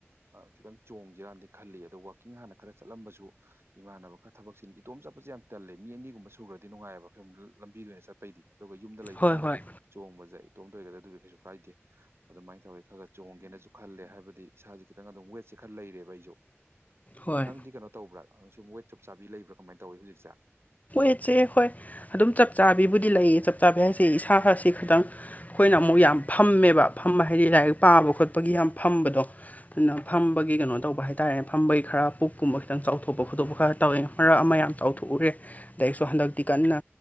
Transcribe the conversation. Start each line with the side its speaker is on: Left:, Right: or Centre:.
Right: ꯈꯤꯇꯪ ꯆꯣꯡꯁꯤꯔꯥꯟꯗꯤ ꯈꯜꯂꯤ ꯑꯗꯣ ꯋꯥꯛꯀꯤꯡ ꯍꯥꯟꯅ ꯈꯔ ꯆꯠꯂꯝꯕꯁꯨ ꯏꯃꯥꯟꯅꯕ ꯈꯔ ꯊꯕꯛꯁꯤ ꯏꯇꯣꯝ ꯆꯠꯄꯁꯦ ꯌꯥꯝ ꯇꯜꯂꯦ ꯃꯤ ꯑꯅꯤꯒꯨꯝꯕ ꯁꯨꯈ꯭ꯔꯗꯤ ꯅꯨꯡꯉꯥꯏꯕꯨꯝ ꯂꯝꯕꯤꯗ ꯑꯣꯏꯅ ꯆꯠꯄꯩꯗꯤ ꯑꯗꯨꯒ ꯌꯨꯝꯗ ꯂꯩꯕꯅ
Left: ꯍꯣꯏ ꯍꯣꯏ
Right: ꯆꯣꯡꯕꯁꯦ ꯏꯇꯣꯝꯗ ꯑꯣꯏꯒꯗ ꯑꯗꯨꯗꯤ ꯀꯩꯁꯨ ꯀꯥꯏꯗꯦ ꯑꯗꯨꯃꯥꯏꯅ ꯇꯧꯋꯤ ꯈꯔ ꯈꯔ ꯆꯣꯡꯒꯦꯅꯁꯨ ꯈꯜꯂꯦ ꯍꯥꯏꯕꯗꯤ ꯏꯁꯥꯁꯦ ꯈꯤꯇꯪ ꯑꯗꯨꯝ ꯋꯦꯠꯁꯦ ꯈꯔ ꯂꯩꯔꯦꯕ ꯑꯩꯁꯨ
Left: ꯍꯣꯏ
Right: ꯅꯪꯗꯤ ꯀꯩꯅꯣ ꯇꯧꯕ꯭ꯔꯥ ꯅꯪ ꯁꯨꯝ ꯋꯦꯠ ꯆꯞ ꯆꯥꯕꯤ ꯂꯩꯕ꯭ꯔꯥ ꯀꯃꯥꯏꯅ ꯇꯧꯋꯤ ꯍꯧꯖꯤꯛꯁꯦ
Left: ꯦꯠꯁꯦ ꯍꯣꯏ ꯑꯗꯨꯝ ꯆꯞ ꯆꯥꯕꯤꯕꯨꯗꯤ ꯂꯩꯌꯦ ꯆꯞ ꯆꯥꯕꯤ ꯍꯥꯏꯁꯦ ꯏꯁꯥꯁꯤ ꯈꯤꯇꯪ ꯑꯩꯈꯣꯏꯅ ꯑꯃꯨꯛ ꯌꯥꯝ ꯐꯝꯃꯦꯕ ꯐꯃ ꯍꯥꯏꯗꯤ ꯂꯥꯏꯔꯤꯛ ꯄꯥꯕ ꯈꯣꯠꯄꯒꯤ ꯌꯥꯝ ꯐꯝꯕꯗꯣ ꯑꯗꯨꯅ ꯐꯝꯕꯒꯤ
Right: ꯎꯝ
Left: ꯀꯩꯅꯣ ꯇꯧꯕ ꯍꯥꯏꯔꯦ ꯍꯥꯏꯇꯥꯔꯦꯅꯦ ꯐꯝꯕꯒꯤ ꯈꯔ ꯄꯨꯛꯀꯨꯝꯕ ꯈꯤꯇꯪ ꯆꯥꯎꯊꯣꯛꯄ ꯈꯣꯇꯣꯛꯄ ꯈꯔ ꯇꯧꯋꯦ ꯃꯔꯛ ꯑꯃ ꯌꯥꯝ ꯆꯥꯎꯊꯣꯛꯎꯔꯦ ꯑꯗꯒꯤꯁꯨ ꯍꯟꯗꯛꯇꯤ ꯀꯟꯅ